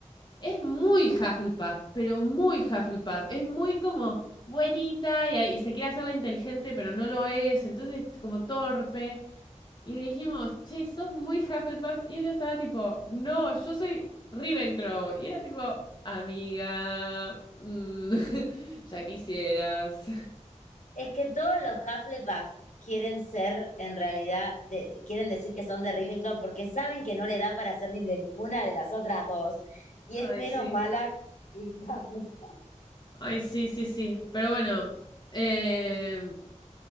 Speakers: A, on the left; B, on the left.
A: es muy Hufflepuff, pero muy Hufflepuff. Es muy como buenita y, y se quiere hacerla inteligente, pero no lo es, entonces como torpe. Y le dijimos, che, sos muy Hufflepuff. Y ella estaba tipo, no, yo soy Ravenclaw. Y era tipo, amiga, mm, <laughs> ya quisieras.
B: Es que todos los Hufflepuff quieren ser, en realidad, de- quieren decir que son de Ravenclaw porque saben que no le da para ser ni de ninguna de las otras dos. Y
A: Ay,
B: es menos
A: sí.
B: mala que Hufflepuff.
A: Ay, sí, sí, sí. Pero bueno, eh,